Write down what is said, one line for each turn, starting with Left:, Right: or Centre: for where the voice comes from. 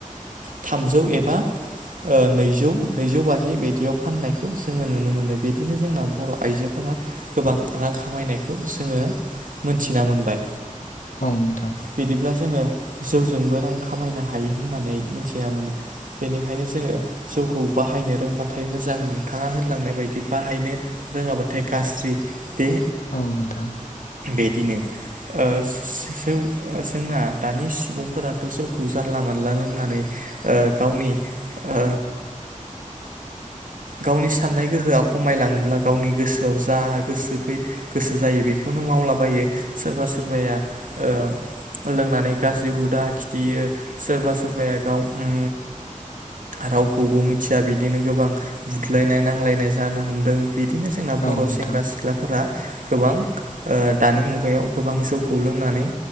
Right: थामजौ एबा ओ नैजौ नैजौ बाजि बिदियाव फाननायखौ जोङो नुनो मोनो बिदिनो जोंना बर' आइजोफोरा गोबां रां खामायनायखौ सोंङो मोनथिना मोनबाय।
Left: औ नोंथां औ नोंथां
Right: बिदिब्ला जोङो जौजोंबो रां खामायना हायो होननानै मिथिना मोनो बेनिखायनो जोङो खौ बाहायनो रोंबाथाय मोजां नोंथाङा होनलांनाय बायदि बाहायनो रोङाबाथाय गाज्रि बे
Left: औ नोंथां।
Right: बिदिनो आ सि सि सोव आ जोंना दानि सुबुंफोराथ' जौखौ जानला मोनला लोंनानै आ गावनि आ गावनि साननाय गोहोआ खमायलाङोब्ला गावनि गोसोआव जा गोसो फै गोसो जायो बेखौनो मावलाबायो सोरबा सोरबाया ओ लोंनानै गाज्रि हुदा खिथियो सोरबा सोरबाया गाव उम रावखौबो मिथिया बिदिनो गोबां बुदलायनाय नांलायनाय जानो हमदों। बिदिनो जोंना
Left: औ
Right: बर'
Left: नोंथां
Right: सेंग्रा सिख्लाफोरा गोबां ओ दानि मुगायाव गोबां जौखौ लोंनानै